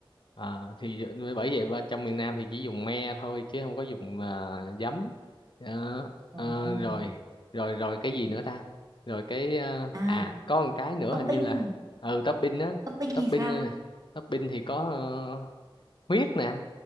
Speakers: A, on the left; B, on the right.
A: Ờ, thì bởi vậy bên trong miền Nam thì chỉ dùng me thôi chứ không có dùng à, giấm Ờ,
B: ừ.
A: ờ, rồi rồi rồi cái gì nữa ta rồi cái ờ,
B: à
A: à có một cái nữa
B: topping
A: hình như là ừ topping á
B: topping
A: topping
B: thì sao
A: ờ, topping thì có ờ, huyết nè